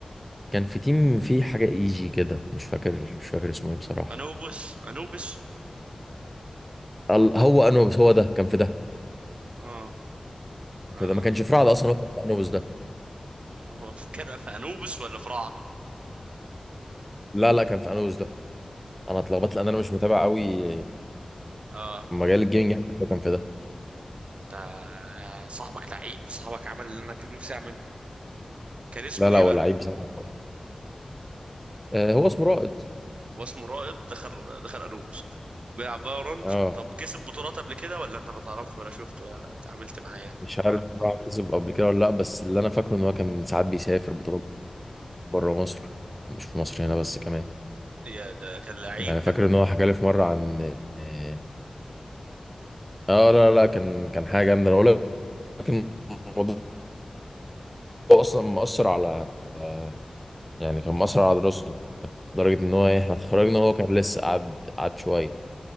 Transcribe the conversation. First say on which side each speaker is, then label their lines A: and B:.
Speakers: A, in the centre; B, on the right.
A: كان في تيم فيه حاجه ايجي كده مش فاكر مش فاكر اسمه ايه بصراحه
B: انوبس انوبس
A: ال- هو انوبس هو ده كان في ده
B: اه
A: كان
B: اه
A: في ده ما كانش في رعد اصلا هو كان في انوبس ده
B: هو في كده في انوبس ولا في رعد
A: لا لا كان في انوبس ده انا اتلخبطت لان انا مش متابع قوي
B: اه
A: مجال الجيمنج يعني، بس هو كان في ده
B: انت صاحبك لعيب صاحبك عمل اللي انا كان نفسي اعمله كان اسمه
A: لا لا
B: ايه
A: هو
B: بقى
A: لعيب بصراحه آه، هو اسمه رائد
B: هو اسمه رائد دخل دخل انوبس بيلعب فالورانت
A: اه
B: طب كسب بطولات قبل كده ولا انت ما تعرفش ولا شفت ولا اتعاملت معاه يعني
A: مش عارف بقى كسب قبل كده ولا لا بس اللي انا فاكره ان هو كان ساعات بيسافر بطولات بره مصر مش في مصر هنا بس كمان
B: يا ده كان لعيب
A: يعني
B: ده
A: فاكر ان هو حكى لي في مره عن اه آه، لا لا كان كان حاجه جامده انا بقول لك كان الموضوع اصلا مأثر على آه، يعني كان مأثر على دراسته لدرجه ان هو إيه، احنا اتخرجنا وهو كان لسه قعد قعد شويه